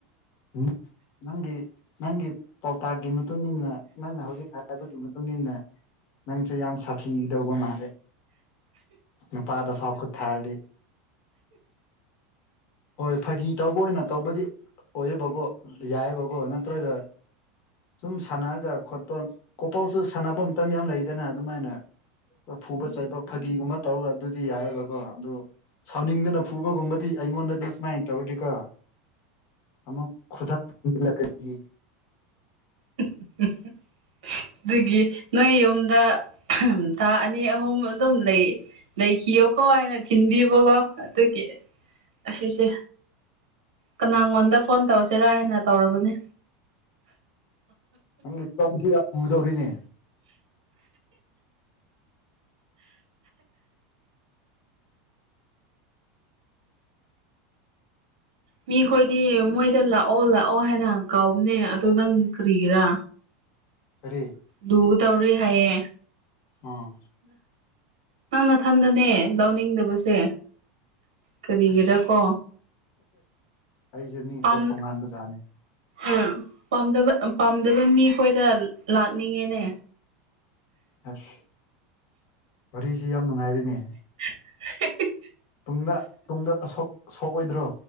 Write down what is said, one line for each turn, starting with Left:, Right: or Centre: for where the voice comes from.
Left: ꯎꯝ ꯅꯪꯒꯤ ꯅꯪꯒꯤ ꯄꯥꯎꯇꯥꯛꯀꯤ ꯃꯇꯨꯡ ꯃꯇꯨꯡꯏꯟꯅ ꯅꯪꯅ ꯍꯧꯖꯤꯛ ꯍꯥꯏꯕꯒꯤ ꯃꯇꯨꯡꯏꯟꯅ ꯅꯪꯁꯦ ꯌꯥꯝ ꯁꯥꯊꯤꯒꯗꯧꯕ ꯃꯥꯜꯂꯦ ꯅꯨꯄꯥꯗ ꯐꯥꯎ ꯈꯨꯠ ꯊꯥꯔꯗꯤ ꯍꯣꯏ ꯐꯥꯒꯤ ꯇꯧꯕ ꯑꯣꯏꯅ ꯇꯧꯕꯗꯤ ꯑꯣꯏꯌꯦꯕꯀꯣ ꯌꯥꯏꯌꯦꯕꯀꯣ ꯅꯠꯇ꯭ꯔꯒ ꯁꯨꯝ ꯁꯥꯟꯅꯔꯒ ꯈꯣꯠꯄ ꯀꯣꯄꯜꯁꯨ ꯁꯥꯟꯅꯕ ꯃꯇꯝ ꯌꯥꯝ ꯂꯩꯗꯅ ꯑꯗꯨꯃꯥꯏꯅ ꯐꯨꯕ ꯆꯩꯕ ꯐꯥꯒꯤꯒꯨꯝꯕ ꯇꯧꯔꯒ ꯑꯗꯨꯗꯤ ꯌꯥꯏꯑꯦꯕꯀꯣ ꯑꯗꯨ ꯁꯥꯎꯅꯤꯡꯗꯅ ꯐꯨꯕꯒꯨꯝꯕꯗꯤ ꯑꯩꯉꯣꯟꯗ ꯁꯨꯃꯥꯏꯅ ꯇꯧꯔꯗꯤ ꯀꯣ ꯑꯃꯨꯛ ꯈꯨꯗꯛꯇ ꯂꯛꯀꯅꯤ
Right: <unintelligible> ꯑꯗꯨꯒꯤ ꯅꯣꯏ ꯌꯨꯝꯗ ꯊꯥ ꯑꯅꯤ ꯑꯍꯨꯝ ꯑꯗꯨꯝ ꯂꯩ ꯂꯩꯈꯤꯌꯣꯀꯣ ꯍꯥꯏꯅ ꯊꯤꯟꯕꯤꯕꯀꯣ ꯑꯗꯨꯒꯤ ꯑꯁꯤꯁꯦ ꯀꯅꯥꯉꯣꯟꯗ ꯐꯣꯟ ꯇꯧꯁꯤꯔꯥ ꯍꯥꯏꯅ ꯇꯧꯔꯕꯅꯦ
Left: ꯅꯪꯒꯤ ꯇꯁꯤ ꯌꯥꯝ ꯄꯨꯗꯧꯔꯤꯅꯦ
Right: ꯃꯤꯈꯣꯏꯗꯤ ꯃꯣꯏꯗ ꯂꯥꯛꯑꯣ ꯂꯥꯛꯑꯣ ꯍꯥꯏꯅ ꯀꯥꯎꯕꯅꯦ ꯑꯗꯨꯗ ꯅꯪ ꯀꯔꯤꯒꯤꯔꯥ
Left: ꯀꯔꯤ
Right: ꯇꯨ ꯇꯧꯔꯤ ꯍꯥꯏꯌꯦ
Left: ꯑꯥ
Right: ꯅꯪ ꯅꯊꯟꯗꯅꯦ ꯇꯧꯅꯤꯡꯗꯕꯁꯦ ꯀꯔꯤꯒꯤꯔ
Left: ꯑꯁ
Right: ꯀꯣ
Left: ꯑꯩꯁꯦ ꯃꯤ ꯈꯔ
Right: ꯑꯝ
Left: ꯇꯣꯉꯥꯟꯕ ꯖꯥꯠꯅꯤ
Right: ꯎꯝ ꯄꯥꯝꯗꯕ ꯄꯥꯝꯗꯕ ꯃꯤꯈꯣꯏꯗ ꯂꯥꯛꯅꯤꯡꯉꯦꯅꯦ
Left: ꯑꯁ ꯋꯥꯔꯤꯁꯤ ꯌꯥꯝ ꯅꯨꯡꯉꯥꯏꯔꯤꯅꯦ
Right: <unintelligible>
Left: ꯇꯨꯡꯗ ꯇꯨꯡꯗ ꯑꯁ ꯑꯁꯣꯛ ꯑꯣꯏꯗ꯭ꯔꯣ